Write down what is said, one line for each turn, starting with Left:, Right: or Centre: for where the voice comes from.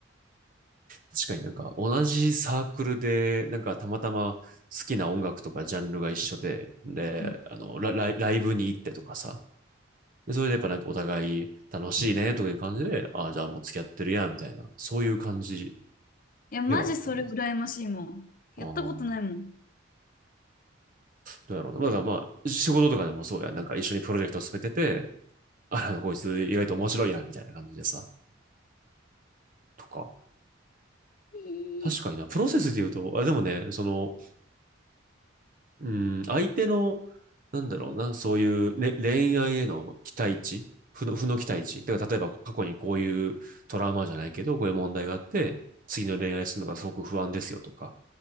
Right: 確かになんか同じサークルで、なんかたまたま好きな音楽とかジャンルが一緒で、で、
Left: た
Right: あの、ラライライブに行ってとかさ。で、それでやっぱなんかお互い楽しいねとかいう感じで、ああ、じゃあもう付き合ってるや、みたいな、そういう感じ
Left: いや、マジそれ羨ましいもん。
Right: ではあったな。
Left: やったことないもん。
Right: あーどうやろうな。だからまあ、仕事とかでもそうや。なんか一緒にプロジェクトを進めてて、あ、なんかこいつ意外と面白いや、みたいな感じでさ、とか。
Left: いい。
Right: 確かにな、プロセスで言うと、あ、でもね、その、うん、相手の、なんだろうな、そういう、ね、恋愛への期待値負の、負の期待値。だから例えば過去にこういうトラウマじゃないけど、こういう問題があって、次の恋愛するのがすごく不安ですよとか。